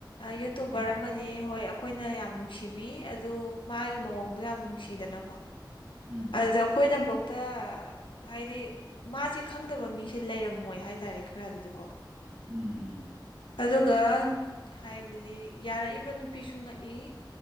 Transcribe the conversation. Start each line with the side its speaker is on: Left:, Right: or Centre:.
Left: ꯌꯨꯇꯨꯕꯔ
Right: ꯎꯝ
Left: ꯑꯃꯅꯤ ꯍꯣꯏ ꯑꯩꯈꯣꯏꯅ ꯌꯥꯝ ꯅꯨꯡꯁꯤꯕꯤ ꯑꯗꯨ ꯃꯥꯒꯤ ꯃꯑꯣꯡꯗꯣ ꯌꯥꯝ ꯅꯨꯡꯁꯤꯗꯅꯀꯣ
Right: ꯎꯝ
Left: ꯑꯗꯨꯗ ꯑꯩꯈꯣꯏꯅꯐꯧ ꯗ ꯍꯥꯏꯗꯤ ꯃꯥꯁꯦ ꯈꯪꯗꯕ ꯃꯤꯁꯦ ꯂꯩꯔꯝꯃꯣꯏ ꯍꯥꯏꯇꯥꯔꯦ ꯈꯔꯗꯤꯗꯀꯣ
Right: ꯎꯝ ꯎꯝ
Left: ꯑꯗꯨꯒ ꯍꯥꯏꯕꯗꯤ ꯍꯥꯏꯗꯤ ꯌꯥꯔꯛꯏꯕ ꯅꯨꯄꯤꯁꯨ ꯉꯛꯏ